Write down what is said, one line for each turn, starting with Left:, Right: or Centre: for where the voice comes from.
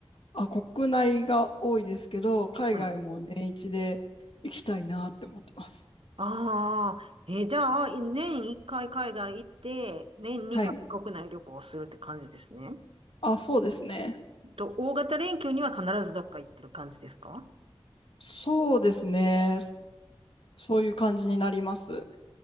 Left: あ、国内が多いですけど、海外も年一で行きたいなって思ってます。
Right: はい。ああ、えーじゃあ、い年1回海外行って、年2回国内旅行するって感じですね。
Left: はい。あ、そうですね。
Right: と、大型連休には必ずどっか行ってる感じですか
Left: そうですね。そういう感じになります。